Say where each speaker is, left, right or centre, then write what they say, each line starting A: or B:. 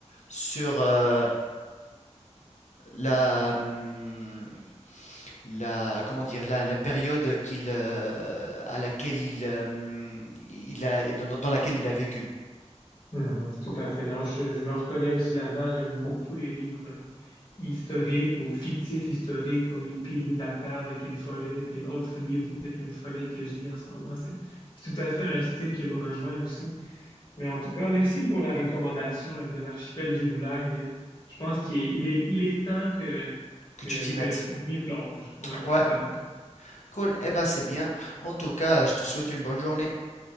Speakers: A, on the left; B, on the left.
A: sur euh, la, hum, la, comment dire, la, la période qu'il, euh, à laquelle il, euh, hum, il a, dans dans laquelle il a vécu.
B: Mhm. Tout à fait. Non, je, je me reconnais aussi là-dedans. J'aime beaucoup les livres euh, historiques ou fictifs historiques comme Les Piliers de la Terre de Ken Follett et autres livres de de Ken Follett que je lis en ce moment. C'est c'est tout à fait un style qui me rejoint aussi. Mais en tout cas, merci pour la recommandation là, de l'archipel du Goulag. Euh, Je pense qu'il est, il est, il est temps que,
A: Que
B: que,
A: tu t'y
B: que
A: mettes.
B: je je m'y plonge. Ouais,
A: Ouais,
B: tout à fait.
A: cool. Eh ben, c'est bien. En tout cas, je te souhaite une bonne journée.